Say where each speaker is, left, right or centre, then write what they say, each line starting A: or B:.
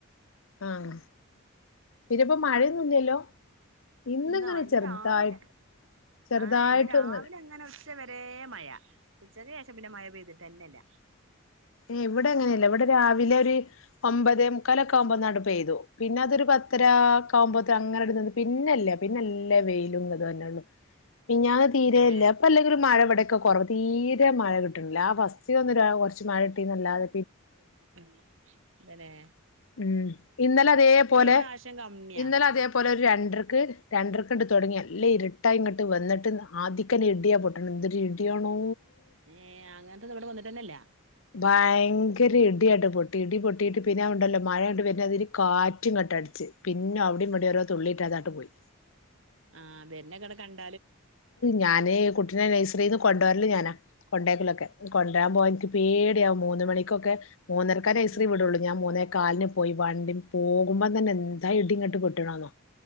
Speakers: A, on the left; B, on the right.
A: ആഹ പിന്നപ്പൊ മഴയൊന്നുംല്ലല്ലോ ഇന്നിങ്ങനെ
B: ഇന്നോ ഇന്ന്
A: ചെറുതായിട്ട്
B: രാവിലെ
A: ചെറുതായിട്ട്
B: ആഹ് ഇന്ന് രാവിലെ
A: ഇങ്ങനെ
B: അങ്ങനെ ഉച്ച വരെ മഴ ഉച്ചക്ക് ശേഷം പിന്നെ മഴ പെയ്തിട്ട് തന്നെയല്ല
A: ഏ ഇവിടെ എങ്ങനെയല്ല ഇവിടെ രാവിലെ ഒരു ഒമ്പതേ മുക്കാല ഒക്കെ ആവുമ്പോ നാട്ട പ്തു പിന്നെ അതൊരു പത്തരക്കാവുമ്പോത്ത
B: ആഹ്
A: അങ്ങനെ പിന്നല്ല പിന്നെല്ല വെയിലും അത് തന്നെയള്ളു പിന്നെ അത് തീരയല്ലേ
B: തന്നെ
A: അപ്പ അല്ലെങ്കിൽ ഒരു മഴ അവിടെൊക്കെ കുറേ തീരെ മഴ കിട്ടില്ല ആ ഫസ്റ്റ് ട്ടി നല്ലത
B: ഉം ഇന്നെ
A: ഉം ഇന്നലെ അതേപോലെ
B: പ്രാവശ്യം കമ്മിയാ
A: ഇന്നലെ അതേപോലെ ഒരു രണ്ടരക്ക് രണ്ടരക്കണ്ട് തുടങ്ങിയ അല്ലേ ഇരുട്ടായി ഇങ്ങോട്ട് വന്നിട്ട് ആദ്യിക്കനെ ഇഡിയ പോട്ടണം എന്തൊരു ഇഡിയാണോ
B: ഏ അങ്ങനത്തന്ന ഇവിടെ വന്നിട്ടന്നല്ല
A: ഭയങ്കര ഇടിയട്ട് പൊട്ടി ഇടി പൊട്ടിയിട്ട് പിന്നെ ഉണ്ടല്ലോ മഴ കണ്ട് വരതിരു കാറ്റും കട്ട അടച്ച് പിന്നെ അവിടെയും മടി
B: ഉം
A: ഓരോ തുള്ളിയിട്ടാതാട്ട് പോയി
B: ആഹ് പിന്നെക്കട കണ്ട
A: ഞാനാന് കുട്ടിനെ നഴ്സറിൽന്ന് കൊണ്ടുപരല്ലോ ഞാനാ കൊണ്ടേക്കലൊക്കെ കൊണ്ടരാൻ പോവാ എനിക്ക് പേടിയൻ മൂന്ന മന്ന മണിക്കൊക്കെ മൂന്നരക്ക
B: ഉം
A: സീ വിടുള്ളൂ ഞൻൂന്നേ കാലിന് പോയി വണ്ടി പോകുമ്പോ തന്നെ എന്താ ഇട്ട ഇങ്ങോട്ട് കെട്ടണോന്നോ